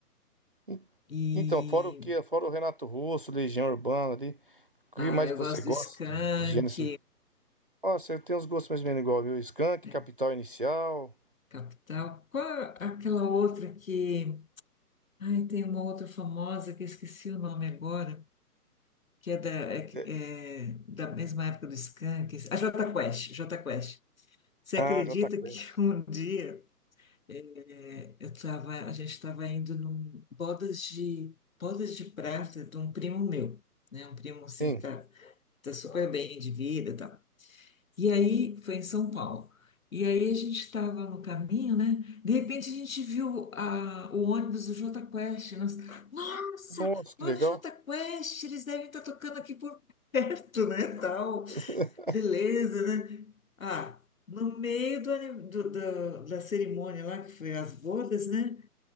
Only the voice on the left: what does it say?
e
ah,
eu
gosto
do Skank,
é,
Capital. Qual é aquela outra que. Ai, tem uma outra famosa que eu esqueci o nome agora, que é da, é que-
é da mesma época do Skank. A Jota Quest, Jota Quest. Você
acredita
que <laughs> um dia. É, Eu tava, a gente estava indo num bodas de bodas de prata de um primo meu, né? Um primo assim
que tá, tá super bem de vida, e tal. E aí foi em São Paulo. E aí a gente estava no caminho, né? De repente a gente viu a, o ônibus do Jota Quest. Nós, Nossa,
olha
o Jota Quest, eles devem estar tocando aqui por <laughs> perto, né? Tal,
beleza, né? Ah, no meio do, ani- do- do- da cerimônia lá que foi as bodas, né?